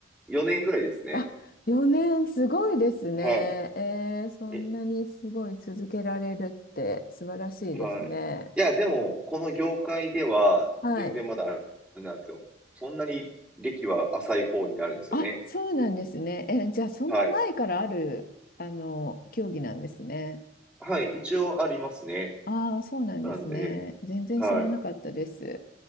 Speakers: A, in the centre; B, on the left (about 50°).
A: 年、4年ぐらいですね。
B: あ、4年、すごいですね。
A: は
B: えーそんなにすごい続けられるって素晴らしいですね。
A: い。え、はい。いや、でも、この業界では、
B: はい。
A: 全然まだあれなんですよ。そんなに歴は浅い方になるんですよね。
B: あ、そうなんですね。え、じゃあ、そんな前からある、
A: はい。
B: あの、競技なんですね。
A: はい、一応ありますね。
B: ああ、そうなんですね。
A: なんで、
B: 全然知らなかったです。
A: は